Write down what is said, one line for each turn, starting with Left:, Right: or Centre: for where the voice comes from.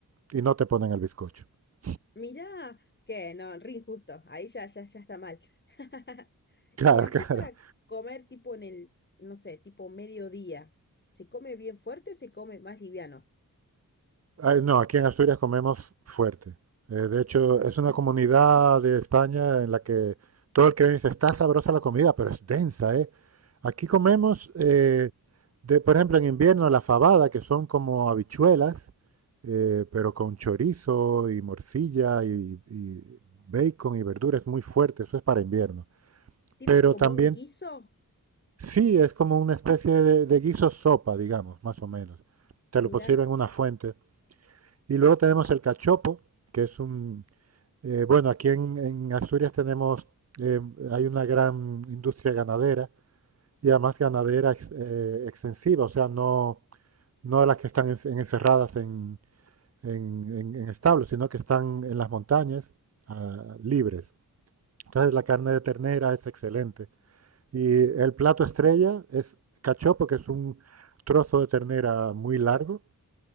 Right: y no te ponen el bizcocho. <laughs>
Left: Mira, que no, re injusto, ahí ya, ya, ya está mal. <laughs>
Right: Claro,
Left: Y así
Right: claro.
Left: para comer tipo en el, no sé, tipo mediodía, ¿se come bien fuerte o se come más liviano?
Right: Ay, no, aquí en Asturias comemos fuerte. Eh, de hecho, es una comunidad de España en la que todo el que viene dice, está sabrosa la comida, pero es densa, ¿eh? Aquí comemos, eh, de, por ejemplo, en invierno la fabada, que son como habichuelas, eh, pero con chorizo y morcilla y, y bacon y verduras muy fuerte, eso es para invierno.
Left: Tipo
Right: Pero
Left: como
Right: también,
Left: un guiso,
Right: sí, es como una especie de, de guiso sopa, digamos, más o menos. Te
Left: mira,
Right: lo pusieron en una fuente. Y luego tenemos el cachopo, que es un... eh, bueno, aquí en, en Asturias tenemos, eh, hay una gran industria ganadera y además ganadera ex- eh, extensiva, o sea, no, no las que están en- en- encerradas en, en- en- en establos, sino que están en las montañas ah, libres. Entonces la carne de ternera es excelente. Y el plato estrella es cachopo, que es un trozo de ternera muy largo,